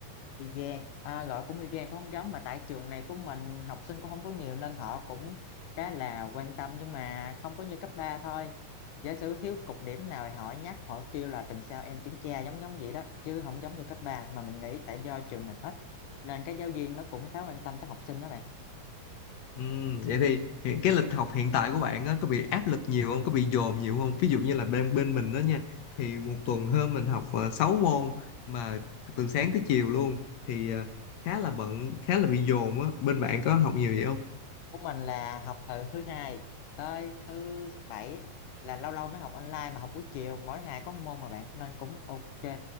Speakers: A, on the left; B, on the left.
A: y gan à, gọi cũng y gan cũng không giống mà tại trường này của mình học sinh cũng không có nhiều nên họ cũng khá là quan tâm nhưng mà không có như cấp 3 thôi giả sử thiếu cục điểm nào thì họ nhắc họ kêu là tuần sau em kiểm tra giống giống vậy đó chứ không giống như cấp ba mà mình nghĩ tại do trường mình ít nên các giáo viên nó cũng khá quan tâm tới học sinh đó bạn
B: Ừm, vậy thì hiện cái lịch học hiện tại của bạn á, có bị áp lực nhiều không? Có bị dồn nhiều không? Ví dụ như là bên bên mình đó nha, thì một tuần hôm mình học uh, 6 môn mà từ sáng tới chiều luôn thì ờ, khá là bận, khá là bị dồn á. Bên bạn có học nhiều vậy không?
A: của mình là học từ thứ hai tới thứ bảy là lâu lâu mới học online mà học buổi chiều mỗi ngày có một môn mà bạn nên cũng ok